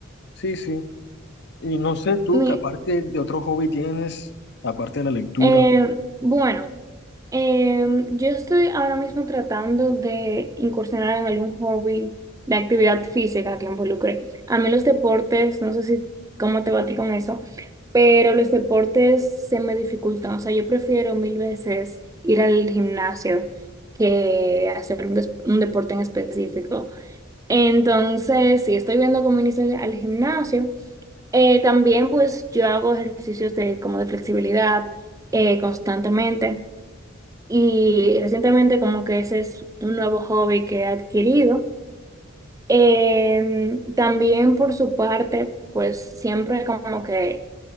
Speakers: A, on the left (about 60°); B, on the right (about 15°).
A: Sí, sí. Y no sé tú,
B: <laughs> Mi-
A: que aparte de otro hobby tienes, aparte de la lectura,
B: eh, bueno. Em, yo estoy ahora mismo tratando de incursionar en algún hobby de actividad física que involucre. A mí los deportes, no sé si cómo te va a ti con eso, pero los deportes se me dificultan. O sea, yo prefiero mil veces ir al gimnasio que hacer un, des- un deporte en específico. Entonces, sí, estoy viendo cómo iniciar al al gimnasio. Eh, también, pues, yo hago ejercicios de, como de flexibilidad eh, constantemente. Y recientemente como que ese es un nuevo hobby que he adquirido. Eh, también por su parte, pues siempre como que,